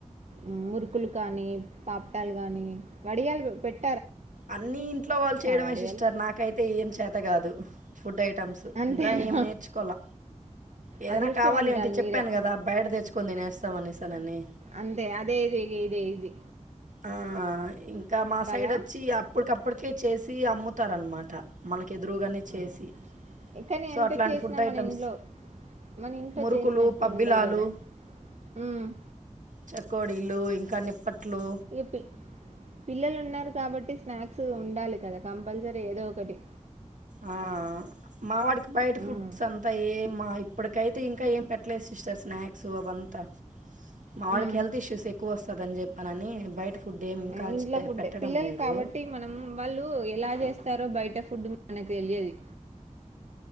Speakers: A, on the right; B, on the right.
A: ఉం మురుకులు కానీ పాపటాలు కానీ వడియాలు పెట్
B: అన్ని ఇంట్లో వాళ్ళు చేయడమే
A: వడియాలు
B: సిస్టర్ నాకైతే ఏం చేత కాదు ఫుడ్ ఐటమ్స్
A: అంతేనా
B: ఇంకా ఏం నేర్చుకోల ఏదైనా
A: అదృష్టవంతురాలు
B: కావాలి అంటే చెప్పాను
A: మీరే
B: కదా బయట తెచ్చుకుని తినేస్తాం అనేసి నని
A: అంతే అదే ఇది ఇగ ఇదే ఈజీ
B: ఆ ఇంకా మా
A: కదా
B: సైడ్ వచ్చి అప్పటికప్పు ఇప్పటికి చేసి అమ్ముతారనమాట మనకి ఎదురుగానే చేసి
A: ఉమ్. కానీ
B: సో
A: ఎంత
B: అట్లాంటి
A: చేసినా
B: ఫుడ్
A: మన
B: ఐటమ్స్
A: ఇంట్లో మన ఇంట్లో
B: మురుకులు
A: చేసినట్టు
B: పబ్బిలాలు
A: ఉండయి కదా ఉమ్.
B: చకోడీలు ఇంకా నిప్పట్లు
A: ఎపి పిల్లలు ఉన్నారు కాబట్టి స్నాక్స్ ఉండాలి కదా కంపల్సరీ ఏదో ఒకటి
B: ఆ మా వాడికి బయట ఫుడ్స్
A: ఉమ్
B: అంతా ఏ మా ఇప్పటికైతే ఇంకా ఏం పెట్టలేదు సిస్టర్ స్నాక్స్ వంత మా వాడికి
A: ఉమ్,
B: హెల్త్ ఇష్యూస్ ఎక్కువ వస్త దిని చెప్పానినని బయట ఫుడ్ ఏమి ఇంకా
A: ఉం ఇంట్లో
B: చే-
A: ఫుడ్డే
B: పెట్టడం
A: పిల్లలు
B: లేదు
A: కాబట్టి మనం వాళ్ళు ఎలా చేస్తారో బయట ఫుడ్ మనకి తెలియది